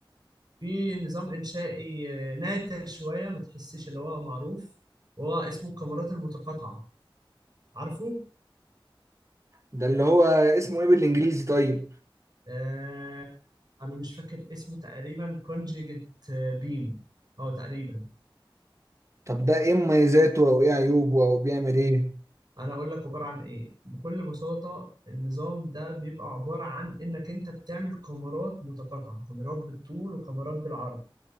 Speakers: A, on the right; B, on the right.
A: في نظام انشائي آه، نادر شويه ما تحسش اللي هو معروف وهو اسمه الكاميرات المتقاطعه عارفه
B: ده اللي هو اسمه ايه بالانجليزي طيب
A: آه انا مش فاكر اسمه تقريبا كونجيجت بيم اه تقريبا
B: طب ده ايه مميزاته او ايه عيوبه او بيعمل ايه
A: انا اقول لك عباره عن ايه بكل بساطه النظام ده بيبقى عباره عن انك انت بتعمل كاميرات متقاطعه كاميرات بالطول وكاميرات بالعرض